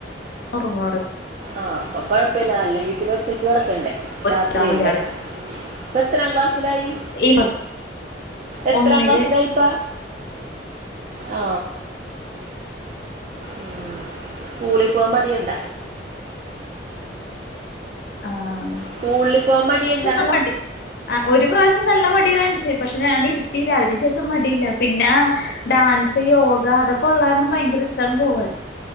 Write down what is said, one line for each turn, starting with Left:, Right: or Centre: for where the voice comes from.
Left: ഉറങ്ങാട്
Right: ആഹ അപ്പൊ കൊഴപ്പില്ല അല്ലെങ്കി പിന്നെ ഒറ്റക്ക് കിടക്കണ്ടേ രാത്രിയല്ലേ
Left: കിട്ടാ മതി അവിടെ
Right: എത്രാം ക്ലാസ്സിലായി
Left: ഈ
Right: എത്രാം
Left: ഒന്നില്
Right: ക്ലാസ്സിലായിപ്പ ആ ഉ സ്കൂളിൽ പോകൻ പടിയുണ്ട
Left: ആഹ
Right: സ്കൂളിൽ പോകാൻ മടിയുണ്ട
Left: നല്ല മടി ആ ഒരു പ്രാവശ്യം നല്ല മടി കാണ പക്ഷെ ഞാൻ ഇരുത്തിയില്ല അതിനന് ശേഷം മതിയില്ല പിന്നെ ഡാൻസ് യോഗ അതൊക്കെ ഉള്ളാരരണം ഭയങ്കര ഇഷ്ടമാണ് പോവാൻ